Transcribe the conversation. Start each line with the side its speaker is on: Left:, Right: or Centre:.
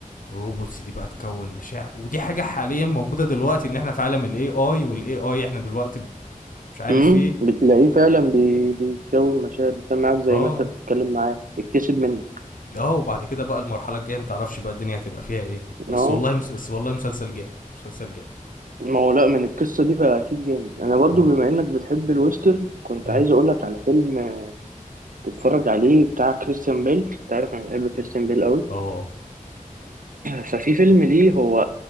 Left: الروبوتس دي بقى تكون مشاعر ودي حاجه حاليا موجوده دلوقتي ان احنا في عالم الاي اي والاي اي احنا دلوقتي مش عارف
Right: امم
Left: ايه
Right: بتلاقيه فعلا بي- بيتكون مشاعر بيتكلم معاك زي
Left: اه
Right: ما انت بتتكلم معاه بيكتسب منك
Left: اه وبعد كده بقى المرحله الجايه متعرفش بقى الدنيا هتبقى فيها ايه
Right: ان
Left: بس
Right: هو
Left: والله مس... بس والله مسلسل جامد مسلسل جامد
Right: ما هو لا من القصه دي فاكيد جامد انا برضو
Left: اه
Right: بما انك بتحب الويسترن كنت
Left: امم
Right: عايز اقول لك على فيلم تتفرج عليه بتاع كريستيان بيل انت عارف انا بحب كريستيان بيل قوي
Left: اه
Right: ففي فيلم ليه هو